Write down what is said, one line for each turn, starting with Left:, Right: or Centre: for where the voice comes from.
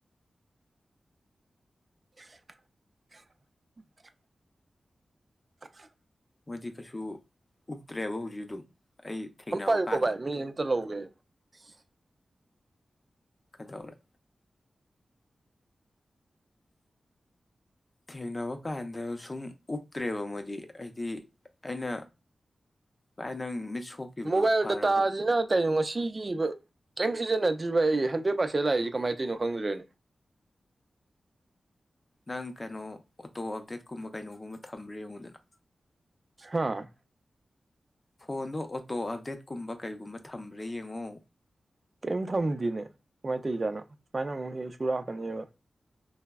Right: <inaudible> <inaudible>
Left: ꯃꯣꯏꯗꯤ ꯀꯩꯁꯨ ꯎꯞꯇ꯭ꯔꯦꯕ ꯍꯧꯖꯤꯛ ꯑꯗꯨꯝ ꯑꯩ ꯊꯦꯡꯅꯕ
Right: ꯑꯝ ꯄꯥꯏꯌꯨꯀꯣ
Left: ꯀꯥꯟꯗ
Right: ꯚꯥꯏ ꯃꯤꯅꯤꯠ ꯑꯝꯇ <inaudible>
Left: ꯀꯗꯧꯔꯦ ꯊꯦꯡꯅꯕ ꯀꯥꯟꯗ ꯁꯨꯝ ꯎꯞꯇ꯭ꯔꯦꯕ ꯃꯣꯏꯗꯤ ꯑꯩꯗꯤ ꯑꯩꯅ ꯂꯥꯏ ꯅꯪ ꯁꯣꯛꯈꯤꯕꯗꯣ
Right: ꯃꯣꯕꯥꯏꯜ
Left: ꯐꯔꯕ
Right: ꯗꯇꯥꯁꯤꯅ ꯀꯩꯅꯣ ꯉꯁꯤ ꯀꯔꯤꯝ ꯁꯤꯖꯤꯟꯅꯗ꯭ꯔꯤꯕ ꯑꯩ ꯍꯟꯗ꯭ꯔꯦꯠ ꯄꯥꯔꯁꯦꯟ ꯂꯥꯛꯏꯁꯦ ꯀꯃꯥꯏꯅ ꯇꯧꯔꯤꯅꯣ ꯈꯪꯗ꯭ꯔꯅꯦ
Left: ꯅꯪ ꯀꯩꯅꯣ ꯑꯣꯇꯣ ꯑꯞꯗꯦꯠꯀꯨꯝꯕ ꯀꯩꯅꯣꯒꯨꯝꯕ ꯊꯝꯕ꯭ꯔꯦ ꯌꯦꯡꯉꯨꯗꯅ
Right: <unintelligible>
Left: ꯐꯣꯟꯗꯣ ꯑꯣꯇꯣ ꯑꯞꯗꯦꯠꯀꯨꯝꯕ ꯀꯩꯒꯨꯝꯕ ꯊꯝꯕ꯭ꯔꯦ ꯌꯦꯡꯉꯨ
Right: ꯀꯔꯤꯝ ꯊꯝꯗꯤꯅꯦ ꯀꯃꯥꯏꯅ ꯇꯧꯔꯤꯖꯥꯠꯅꯣ ꯁꯨꯃꯥꯏꯅ ꯑꯃꯨꯛ ꯍꯦꯛ ꯁꯨꯔꯛꯀꯅꯦꯕ